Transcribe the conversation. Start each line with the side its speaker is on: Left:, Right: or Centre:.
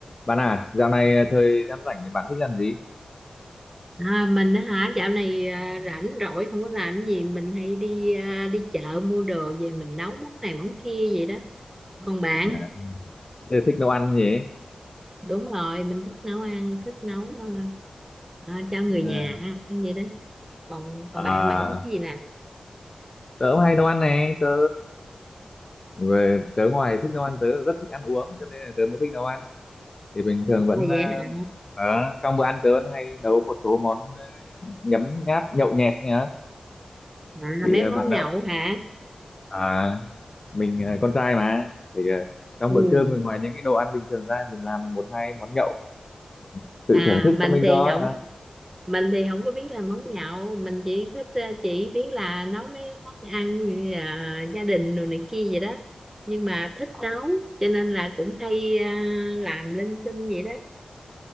Left: Bạn à, dạo này à, thời gian rảnh thì bạn thích làm gì?
Right: À, mình á hả dạo này à, rảnh rỗi không có làm gì mình hay đi à, đi chợ mua đồ về mình nấu món này món kia vậy đó còn bạn
Left: À, tớ thích nấu ăn gì ấy.
Right: đúng rồi mình thích nấu ăn thích nấu à, à, cho người
Left: Ờ,
Right: nhà ăn vậy đó còn
Left: À,
Right: còn bạn bạn thích cái gì nè à,
Left: tớ cũng hay nấu ăn này, tớ về tớ ngoài thích nấu ăn tớ rất thích ăn uống cho nên là tớ mới thích nấu ăn. Thì bình thường vẫn
Right: vậy
Left: à,
Right: hả
Left: ờ, ở trong bữa ăn tớ vẫn hay nấu một số món ờ, nhấm nháp nhậu nhẹt nhá.
Right: à,
Left: Thì
Right: mấy
Left: ờ,
Right: món
Left: bạn
Right: nhậu
Left: nào
Right: hả
Left: à mình ờ, con trai mà thì ờ, trong
Right: ừ.
Left: bữa cơm mình ngoài những cái đồ ăn bình thường ra mình làm một hai món nhậu tự
Right: à
Left: thưởng thức
Right: mình
Left: cho mình
Right: thì
Left: thôi.
Right: không mình thì không có biết làm món nhậu mình chỉ thích ờ, chỉ biết là nấu mấy món ăn như là gia đình rồi này kia vậy đó nhưng mà thích nấu cho nên là cũng hay ờ, làm linh tinh vậy đó